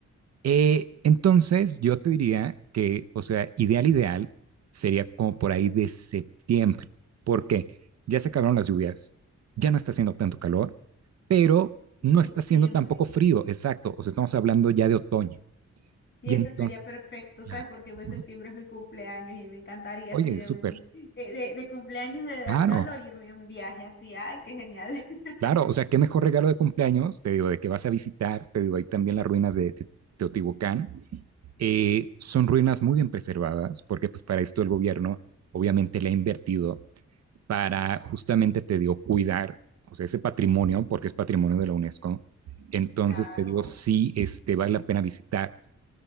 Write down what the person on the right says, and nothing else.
Eh, entonces, yo te diría que, o sea, ideal, ideal sería como por ahí de septiembre, porque ya se acabaron las lluvias, ya no está haciendo tanto calor, pero
no
está haciendo tampoco frío, exacto. O sea, estamos hablando ya de otoño.
Y
entonces,
ah,
ujú.
oye,
súper,
claro.
Claro, o sea, qué mejor regalo de cumpleaños, te digo, de que vas a visitar, te digo, ahí también las ruinas de, de Teotihuacán. Eh, son ruinas muy bien preservadas, porque pues para esto el gobierno obviamente le ha invertido para justamente, te digo, cuidar, o sea, ese patrimonio, porque es patrimonio de la UNESCO. Entonces,
te digo, sí, este, vale la pena visitar.